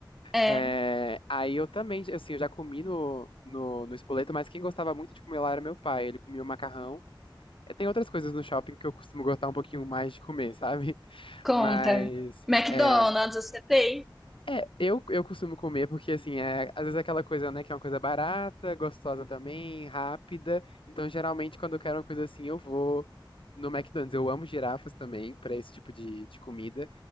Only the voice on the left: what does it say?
É, aí eu também, assim, eu já comi no, no, no Spoleto, mas quem gostava muito de comer lá era meu pai. Ele comia o macarrão. É, Tem outras coisas no shopping que eu costumo gostar um pouquinho mais de comer, sabe? <laughs>
Mas.
é,
é, eu, eu costumo comer porque, assim, é, às vezes é aquela coisa, né, que é uma coisa barata, gostosa também, rápida. Então, geralmente, quando eu quero uma coisa assim, eu vou no McDonald's. Eu amo girafas também, pra esse tipo de, de comida.